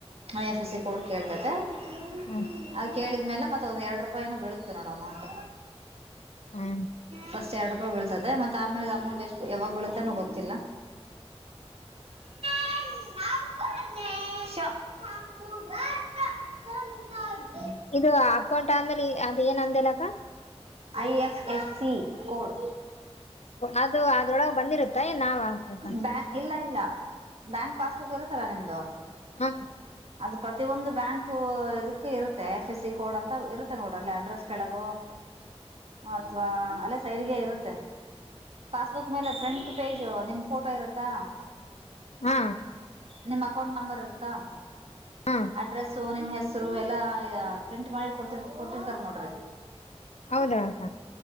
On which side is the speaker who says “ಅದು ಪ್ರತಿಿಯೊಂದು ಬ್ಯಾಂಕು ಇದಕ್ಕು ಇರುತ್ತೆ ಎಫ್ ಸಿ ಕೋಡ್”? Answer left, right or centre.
Right